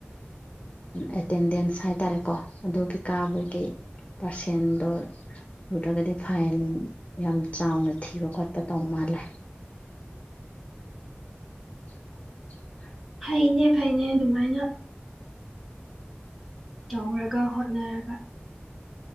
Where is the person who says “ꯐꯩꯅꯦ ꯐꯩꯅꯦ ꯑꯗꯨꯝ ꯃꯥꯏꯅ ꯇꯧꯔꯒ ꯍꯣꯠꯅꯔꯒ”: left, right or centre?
Centre